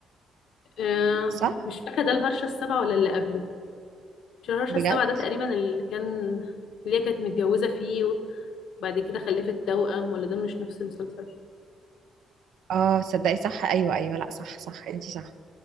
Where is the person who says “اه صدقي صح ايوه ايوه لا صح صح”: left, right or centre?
Right